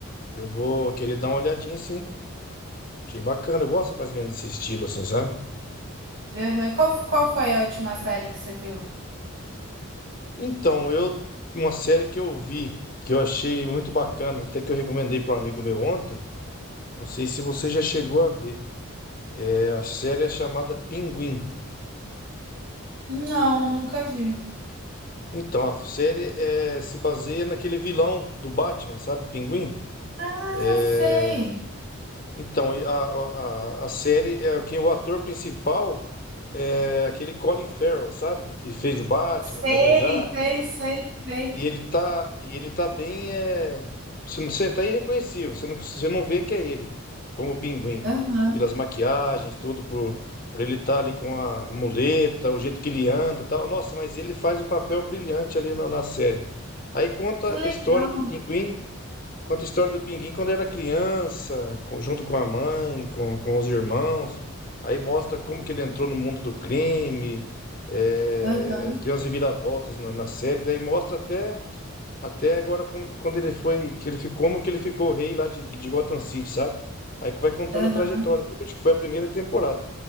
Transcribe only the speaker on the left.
Eu vou querer dar uma olhadinha, sim. Achei bacana. Eu gosto mais ou menos desse estilo, assim, sabe?
Então, eu. Uma série que eu vi, que eu achei muito bacana, até que eu recomendei para um amigo meu ontem. Não sei se você já chegou a ver. É, a série é chamada Pinguim.
Então, a série é, se baseia naquele vilão do Batman, sabe? Pinguim.
É.
Então, e a, a, a a série, é, quem o ator principal é aquele Colin Farrell, sabe? Que fez o Batman
também já.
E ele tá, e ele tá bem, é... Você não, você tá irreconhecível, você não, você não vê que é ele, como o Pinguim.
Pelas maquiagens, tudo, por, por ele estar ali com a muleta, o jeito que ele anda e tal. Nossa, mas ele faz um papel brilhante ali na, na série. Aí conta
a história do Pinguim Conta a história do Pinguim quando era criança, com- junto com a mãe, com, com os irmãos. Aí mostra como que ele entrou no mundo do crime, é,
tem umas reviravoltas na, na série. Daí mostra até, até agora como- quando ele foi, que ele ficou, como que ele ficou rei lá de, de Gotham City, sabe? Aí que vai contando
a trajetória. dele. Acho que foi a primeira temporada.